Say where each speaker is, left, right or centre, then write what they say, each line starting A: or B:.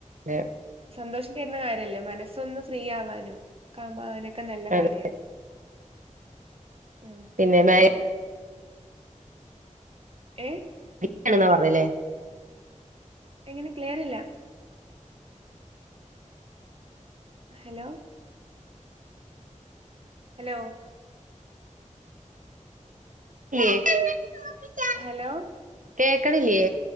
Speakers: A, on the right; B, on the right.
A: അതെ
B: സന്തോഷം തെര്നെ കാര്യല്ലേ മനസ്സൊന്ന് ഫ്രീ ആവാനും കാവ്മ്പ അത് നൊക്കെ നല്ല
A: അതെ
B: കാര്യമാണ് ഉം
A: പിന്നെ മേ
B: ഏഹ്
A: <unintelligible> ക്കാണ് ന്നാ പറഞ്ഞ്ല്ലേ
B: എങ്ങനെ ക്ലിയറില ഹലോ ഹലോ
A: ക്ക്ല്യെ <unintelligible>
B: ഹലോ
A: കേക്കണില്ല്യേ